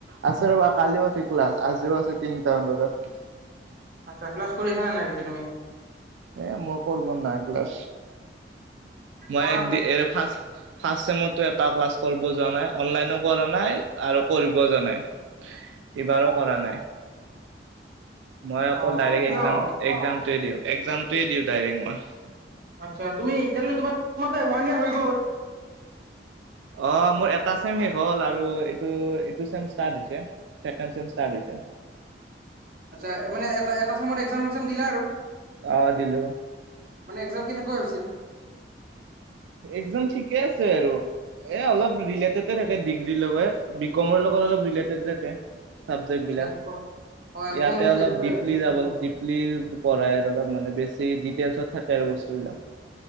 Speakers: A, on the right; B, on the right.
A: আছে ৰ'বা কালিও আছোঁ ক্লাছ, আজিও আছে তিনিটামান বজাত।
B: আচ্ছা! ক্লাছ কৰিছা নে নাই পিছে তুমি?
A: এ মই কৰিব নাই ক্লাছ। মই
B: কৰা
A: এক দি এ ফাৰ্ষ্ট ফাৰ্ষ্টছেমতটো এটা ক্লাছ কৰিব যোৱা নাই, অনলাইনো কৰা নাই আৰু কৰিবও যোৱা নাই, এইবাৰো কৰা নাই। মই অকল
B: অ
A: ডাইৰেক্ট
B: কিয়
A: একাম একজামটোৱে দিওঁ, একজামটোৱে দিওঁ ডাইৰেক্ট মই।
B: আচ্ছা, তুমি এতিয়ালে তোমাৰ মতে ওৱান ইয়েৰ হৈ গ'ল।
A: অ', মোৰ এটা চেম শেষ হ'ল, আৰুটো এইটো, এইটো চেম ষ্টাৰ্ট হৈছে। চেকেণ্ড চেম ষ্টাৰ্ট হৈছে।
B: আচ্ছা, মানে এটা এটা সময়ত একজাম চেকজাম দিলে আৰু।
A: অ', দিলোঁ।
B: মানে একজাম কেনেকুৱা হৈছিল?
A: একজাম ঠিকে আছে আৰু। এ অলপ ৰিলেটেড থাকে ডিগ্ৰী লগত, বি কমৰ লগত অলপ ৰিলেটেড থাকে। চাবজেক্ট
B: আচ্ছা
A: বিলাক,
B: এম কম অ এম
A: ইয়াতে
B: কম লৈছা
A: অলপ
B: যিহেতু
A: ডিপলি
B: ৰেলৱেত
A: য
B: থাকিব
A: ডিপ্লী পঢ়ায় আৰু অলপ মানে বেছি ডিটেইলছত থাকে আৰু বস্তুবিলাক।